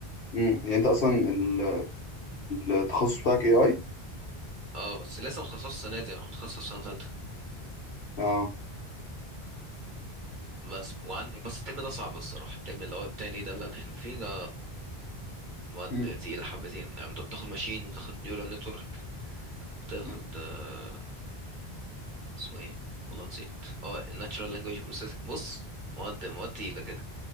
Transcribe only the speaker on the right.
اه بس لسه متخصص السنه دي انا متخصص سنه ثالثه
بس وعندي بس الترم ده صعب الصراحه الترم اللي هو التاني ده اللي احنا فيه ده مواد
تقيله حبتين يعني انت بتاخد ماشين وتاخد نيورال نتورك وتاخد
آه، اسمه ايه والله نسيت اه الناتشورال لانجويج بروسيسنج بص مواد مواد تقيله كده